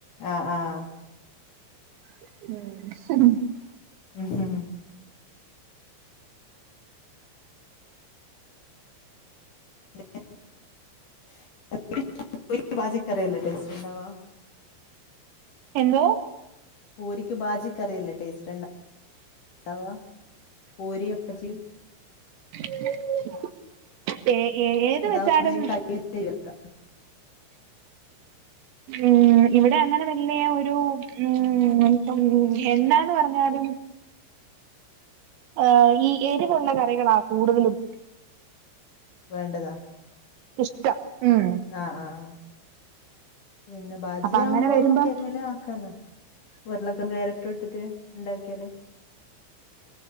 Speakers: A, on the left; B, on the right.
A: ആഹ് ആഹ്
B: <unintelligible>
A: ഉം ഹ് <unintelligible> ചിക്കറല്ലേ ഡേസ്ണ്ടവാ
B: എന്തോ?
A: പൂരിക്ക് ബാജിക്കറില്ലേ ടേസ്റ്റ് ഉണ്ട <unintelligible> പൂരി ഭാജി
B: <unintelligible> എ ഏ ഏത്
A: അതാേൻ
B: വെച്ചാലും
A: കഴിയയും ചെയ്യല്ല.
B: ഉം ഇവിടെ അങ്ങനെ വലിയ ഒരു ഉം നമു എന്താന്ന് പറഞ്ഞാലും ഹ് ഈ എരിവുള്ള കറികളാ കൂടുതലും
A: വേണ്ടതാ
B: ഇഷ്ടം ഉം
A: ആഹ് ആഹ് പിന്നെ ബാജ്യ
B: അപ്പൊ അങ്ങനെ
A: ആവുമ്പോ
B: വരുമ്പം
A: നമ്മുക്ക് എരുവല <unintelligible> കയരറ്റ് ഇട്ടിട്ട് ണ്ടാക്കിയല്